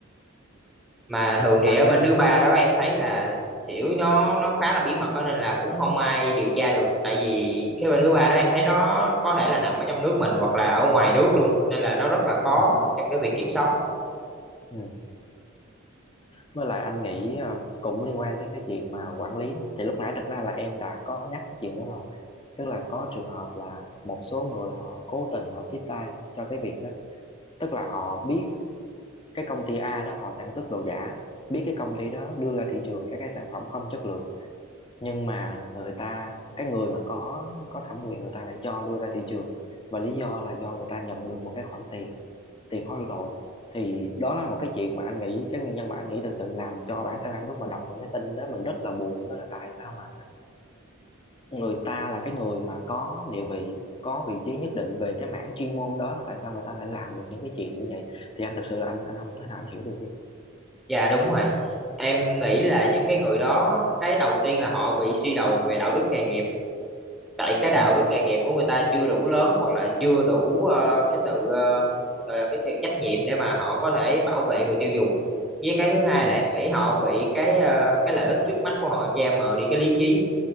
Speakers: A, in the centre; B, on the left (about 25°).
A: mà thường thì
B: anh
A: ở bên thứ ba đó em thấy là xỉu nó nó khá là bí mật đó, nên là cũng không ai điều tra được tại vì cái bên thứ ba đó em thấy nó có thể là nằm ở trong nước mình hoặc là ở ngoài nước luôn nên là nó rất là khó
B: ừ
A: trong cái việc kiểm soát
B: ừ với lại anh nghĩ ờ, cũng liên quan tới cái chuyện mà quản lý đó thì lúc nãy thật ra là em đã có nhắc cái chuyện đó rồi tức là có trường hợp là một số người họ cố tình họ tiếp tay cho cái việc đó tức là họ biết cái công ty A đó họ sản xuất đồ giả biết cái công ty đó đưa ra thị trường các cái sản phẩm không chất lượng nhưng mà người ta cái người mà có có thẩm quyền người ta lại cho đưa ra thị trường và lý do là do người ta nhận được một cái khoản tiền tiền hối lộ thì đó là một cái chuyện mà anh nghĩ cái nguyên nhân mà anh nghĩ thực sự làm cho bản thân anh lúc mà đọc những cái tin đó mình rất là buồn đó là tại sao mà người ta là cái người mà có địa vị có vị trí nhất định về cái mảng chuyên môn đó mà tại sao người ta lại làm được những cái chuyện như vậy thì anh thực sự là anh anh không thể nào anh hiểu được luôn
A: dạ đúng rồi em nghĩ là những cái người đó cái đầu tiên là họ bị suy đồi về đạo đức nghề nghiệp tại cái đạo
B: ừ
A: đức nghề nghiệp của người ta chưa đủ lớn hoặc là chưa đủ ờ, cái sự ờ, gọi là cái sự trách nhiệm để mà họ có thể bảo vệ người tiêu dùng với cái thứ hai
B: ừ
A: là em nghĩ họ bị cái ờ, cái lợi ích trước mắt của họ che mờ đi cái lý trí